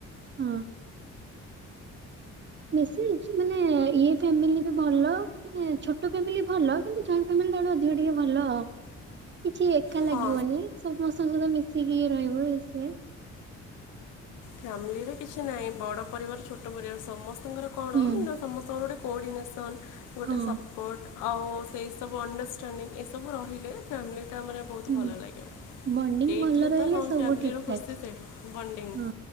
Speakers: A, on the right (about 35°); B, on the left (about 90°).
A: ହଁ। ବେଶି <unintelligible> ମାନେ ଇଏ ଫ୍ୟାମିଲି ବି ଭଲ। ମାନେ ଛୋଟ ଫ୍ୟାମିଲି ଭଲ। କିନ୍ତୁ ଜଏଣ୍ଟ ଫ୍ୟାମିଲି ତାଠୁ ଅଧିକ ଟିକେ ଭଲ କିଛି ଏକା ଲାଗିବନି
B: ହଁ
A: ସବୁ ସମସ୍ତଙ୍କ ସହିତ ମିଶିକି ରହିବ। ଇଏ ସିଏ
B: ଫ୍ୟାମିଲିରେ କିଛି ନାହିଁ। ବଡ ପରିବାର ଛୋଟ ପରିବାର ସମସ୍ତଙ୍କର କଣ
A: ହୁଁ
B: ସମସ୍ତଙ୍କର ଗୋଟେ କୋର୍ଡିନେସନ୍ ଗୋଟେ
A: ହଁ
B: ସପୋର୍ଟ। ଆଉ ସେଇ ସବୁ ଅଣ୍ଡରଷ୍ଟାଣ୍ଡିଙ୍ଗ। ଏସବୁ ରହିଲେ ଫ୍ୟାମିଲିଟା ମାନେ ବହୁତ
A: ହୁଁ
B: ଭଲ ଲାଗିବ।
A: ବଣ୍ଡିଙ୍ଗ
B: ଏଇଠି
A: ଭଲ ରହିଲେ
B: ତ ହଁ
A: ସବୁ
B: ଫ୍ୟାମିଲିର
A: ଠିକ ଠାକ
B: ଖୁସି ସେଇଠି ବଣ୍ଡିଙ୍ଗ।
A: ହଁ।